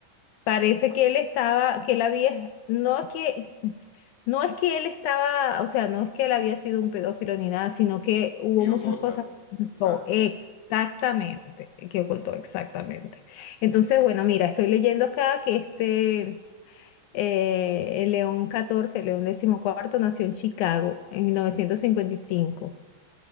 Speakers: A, on the left (about 90°); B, on the left (about 60°).
A: Parece que él estaba, que él había, no que, no es que él estaba, o sea, no es que él había sido un pedófilo ni nada, sino que hubo
B: Vio
A: muchas
B: cosas.
A: cosas que ocultó,
B: Exacto.
A: exactamente, que ocultó, exactamente. Entonces, bueno, mira, estoy leyendo acá que este eh, el León catorce León XIV, nació en Chicago en mil novecientos cincuenta y cinco